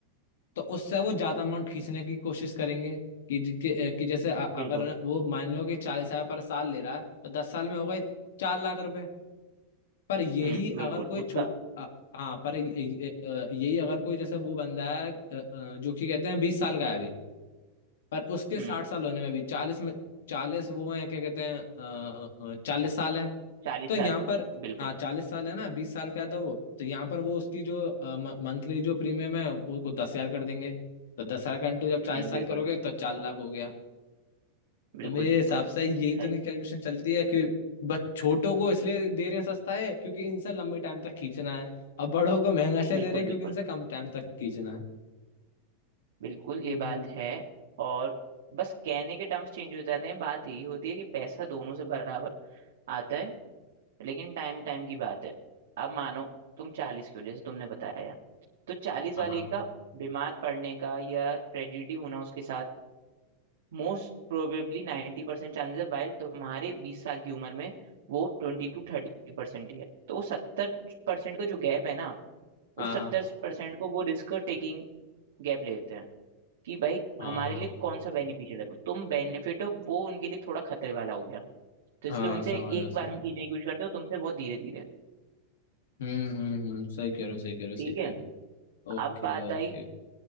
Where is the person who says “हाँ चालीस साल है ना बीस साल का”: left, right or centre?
Left